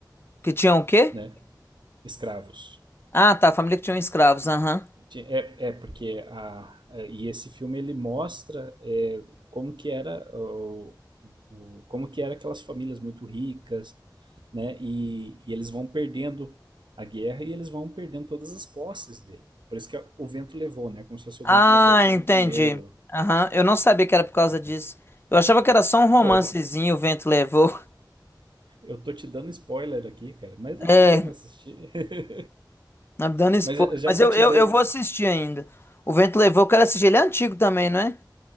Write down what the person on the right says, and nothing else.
né? Escravos.
É, é porque a, a- e esse filme ele mostra é, como que era o, o- como que era aquelas famílias muito ricas, né? E, e eles vão perdendo a guerra e eles vão perdendo todas as posses dele. Por isso que a- o vento levou, né? Como se fosse
o vento levou todo
o dinheiro.
É, tá.
pô, eu
eu tô te dando spoiler aqui, cara, mas vale
a pena assistir. <laughs>
Mas eh, já
que
eu te
dei,